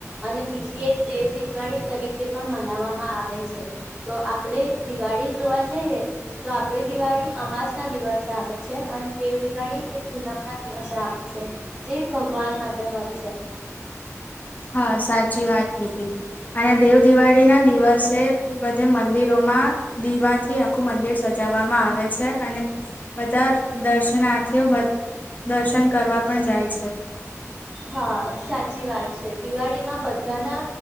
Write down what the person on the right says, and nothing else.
અને બીજી એક દેવ દિવાળી તરીકે પણ મ નાવામાં આવે છે, તો આપણેે દિવાળી જોવા જઈએ તો આપડી દિવાળી અમાસ ના દિવસ આવે છે અને દેવ દિવાળી એ પૂનમ ના દિવસે આવે છે, જે ભગવાન માટે વાત છે.
હા સાચી વાત છે. દિવાળીમાં બધાના